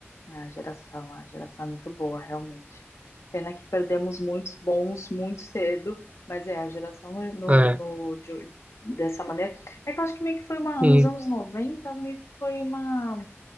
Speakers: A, on the left (about 80°); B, on the right (about 35°).
A: A geração, a geração é muito boa, realmente. Pena que perdemos muitos bons muito cedo, mas é, a geração no, no-
B: Ah, É,
A: no- de- dessa maneira. É que eu acho que meio que foi uma,
B: hum,
A: uns anos 90 meio que foi uma.